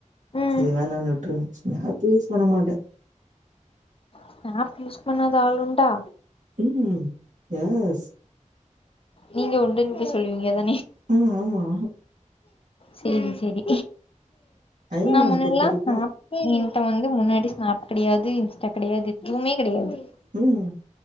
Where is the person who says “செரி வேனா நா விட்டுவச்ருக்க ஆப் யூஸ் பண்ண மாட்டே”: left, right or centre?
Right